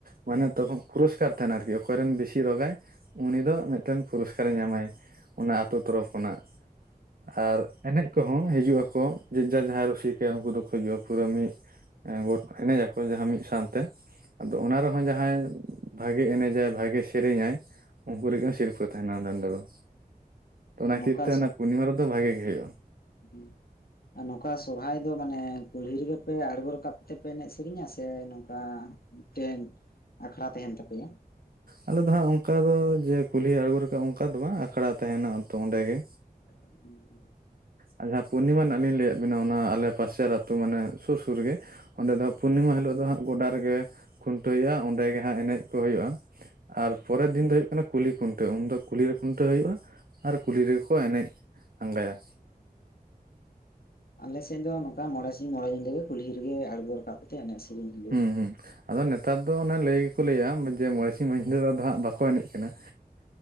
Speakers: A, on the right (about 65°); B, on the left (about 75°).
A: ᱢᱟᱱᱮ ᱛᱚᱠᱷᱚᱱ ᱯᱩᱨᱩᱥᱠᱟᱨ ᱛᱟᱦᱮᱱᱟ ᱟᱨᱠᱤ, ᱚᱠᱚᱭ ᱨᱮᱱ ᱵᱮᱥᱤ ᱨᱚᱜᱟᱭ ᱩᱱᱤ ᱫᱚ ᱢᱤᱫᱴᱮᱱ ᱥᱮᱨᱮᱧ ᱧᱟᱢᱟᱭ ᱚᱱᱟ ᱟᱛᱳ ᱛᱚᱨᱚᱯᱷ ᱠᱷᱚᱱᱟᱜ, ᱟᱨ ᱮᱱᱮᱡ ᱠᱚᱦᱚᱸ ᱦᱤᱡᱩᱜ ᱟᱠᱚ ᱡᱮᱡᱽ ᱡᱟᱨ ᱡᱟᱦᱟᱸᱭ ᱨᱩᱥᱤᱠᱟ, ᱩᱱᱠᱩ ᱫᱚᱠᱚ ᱦᱤᱡᱩᱜ-ᱟ ᱯᱩᱨᱟᱹ ᱢᱤᱫ ᱜᱚᱴ ᱮᱱᱮᱡ ᱟᱠᱚ ᱡᱟᱦᱟᱸ ᱢᱤᱫ ᱥᱟᱶᱛᱮ ᱟᱫᱚ ᱚᱱᱟ ᱨᱮᱦᱚᱸ ᱡᱟᱦᱟᱸᱭ ᱵᱷᱟᱜᱮ ᱮᱱᱮᱡᱟᱭ ᱵᱷᱟᱜᱮ ᱥᱮᱨᱤᱧᱟᱭ, ᱩᱱᱠᱩ ᱞᱟᱹᱜᱤᱫ ᱦᱚᱸ ᱥᱤᱨᱯᱟᱹ᱾ ᱛᱟᱦᱮᱱᱟ ᱚᱱᱰᱮ ᱱᱚᱸᱰᱮ ᱫᱚ, ᱛᱚ ᱚᱱᱟ
B: ᱱᱚᱝᱠᱟ
A: ᱠᱤᱹᱛᱟᱨ ᱚᱱᱟ ᱯᱩᱨᱱᱤᱢᱟ ᱨᱮᱫᱚ ᱵᱷᱟᱜᱮ ᱜᱮ ᱦᱩᱭᱳᱜ-ᱟ᱾
B: ᱦᱩᱸ, ᱟᱨ ᱱᱚᱝᱠᱟ ᱥᱚᱨᱦᱟᱭ ᱫᱚ ᱢᱟᱱᱮ ᱠᱩᱞᱦᱤ ᱨᱮᱜᱮ ᱯᱮ ᱟᱬᱜᱚ ᱨᱟᱠᱟᱵ ᱛᱮᱯᱮ, ᱮᱱᱮᱡ ᱥᱤᱨᱤᱧᱟ ᱥᱮ ᱱᱚᱝᱠᱟ ᱢᱤᱫᱴᱮᱱ, ᱟᱠᱷᱲᱟ ᱛᱮᱦᱮᱱ ᱛᱟᱯᱮᱭᱟ?
A: ᱟᱞᱮ ᱫᱚ ᱦᱟᱸᱜ ᱚᱱᱠᱟ ᱫᱚ ᱡᱮ ᱠᱩᱞᱦᱤ ᱟᱬᱜᱚ ᱨᱟᱠᱟᱵ ᱚᱱᱠᱟ ᱫᱚ ᱵᱟᱝ, ᱟᱠᱷᱲᱟ ᱛᱟᱸᱦᱮᱱᱟ ᱛᱚ ᱚᱸᱰᱮ ᱜᱮ᱾
B: <unintelligible>
A: ᱟᱨ ᱡᱟᱦᱟᱸ ᱯᱩᱨᱱᱤᱢᱟ ᱨᱮᱱᱟᱜ ᱞᱤᱧ ᱞᱟᱹᱭᱟᱜ ᱵᱤᱱᱟ ᱚᱱᱟ ᱟᱞᱮ ᱯᱟᱥᱮᱨ ᱟᱛᱳ, ᱢᱟᱱᱮ ᱥᱩᱨ ᱥᱩᱨ ᱨᱮᱜᱮ ᱚᱸᱰᱮ ᱫᱚ ᱯᱩᱨᱱᱤᱢᱟ ᱦᱤᱞᱳᱜ ᱫᱚ ᱦᱟᱸᱜ ᱜᱚᱰᱟ ᱨᱮᱜᱮ ᱠᱷᱩᱱᱴᱟᱹᱭ ᱦᱩᱭᱩᱜ-ᱟ, ᱚᱸᱰᱮ ᱜᱮ ᱦᱟᱸᱜ ᱮᱱᱮᱡ ᱠᱚ ᱦᱩᱭᱳᱜ-ᱟ᱾ ᱟᱨ ᱯᱚᱨᱮᱨ ᱫᱤᱱ ᱫᱚ ᱦᱳᱭᱳᱜ ᱠᱟᱱᱟ ᱠᱩᱞᱦᱤ ᱠᱷᱩᱱᱴᱟᱹᱣ, ᱩᱱ ᱫᱚ ᱠᱩᱞᱦᱤ ᱨᱮ ᱠᱷᱩᱱᱴᱟᱹᱣ ᱦᱳᱭᱳᱜ-ᱟ᱾ ᱟᱨ ᱠᱩᱞᱦᱤ ᱨᱮᱜᱮ ᱠᱚ ᱮᱱᱮᱡ ᱟᱝᱜᱟᱭᱟ᱾
B: ᱟᱞᱮ ᱥᱮᱡ ᱫᱚ ᱱᱚᱝᱠᱟ ᱢᱚᱬᱮ ᱢᱚᱬᱮ ᱧᱤᱫᱟᱹ ᱠᱩᱞᱦᱤ ᱨᱮᱜᱮ ᱟᱬᱜᱳ ᱨᱟᱠᱟᱵ ᱠᱟᱛᱮᱜ ᱮᱱᱮᱡ ᱥᱤᱨᱤᱧ ᱦᱩᱭᱳᱜ-ᱟ᱾
A: ᱦᱩᱸ ᱦᱩᱸ ᱟᱫᱚ ᱱᱮᱛᱟᱨ ᱫᱚ ᱚᱱᱮ ᱞᱟᱹᱭ ᱜᱮᱠᱚ ᱞᱟᱹᱭᱟ ᱡᱮ, ᱢᱚᱬᱮ ᱥᱤᱧ ᱢᱟᱹᱧᱫᱷᱟᱹ ᱫᱚ ᱟᱫᱚ ᱦᱟᱸᱜ ᱵᱟᱠᱚ ᱮᱱᱮᱡ ᱠᱟᱱᱟ᱾